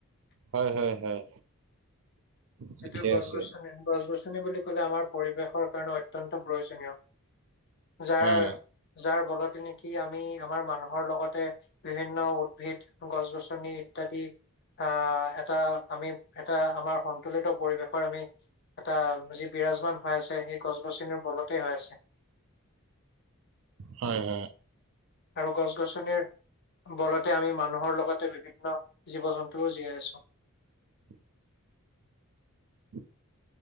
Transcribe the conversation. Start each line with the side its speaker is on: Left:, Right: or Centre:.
Right: হয়, হয়, হয়। ঠিকে
Left: এইটো গছ-গছনি,
Right: আছে
Left: গছ-গছনি বুলি ক'লে আমাৰ পৰিৱেশৰ কাৰণে অ অত্যন্ত প্ৰয়োজনীয়। যাৰ
Right: হয়
Left: যাৰ বলতে নেকি আমি আমাৰ মানুহৰ লগতে বিভিন্ন উদ্ভিদ, গছ-গছনি ইত্যাদি অ এটা আমি এটা আমাৰ সন্তুলিত পৰিৱেশৰ আমি এটা যি বিৰাজমান হৈ আছে সেই গছ-গছনিৰ বলতেই হৈ আছে।
Right: হয়, হয়।
Left: আৰু গছ-গছনিৰ বলতে আমি মানুহৰ লগতে বিভিন্ন জীৱ-জন্তুও জীয়াই আছো।
Right: <inaudible>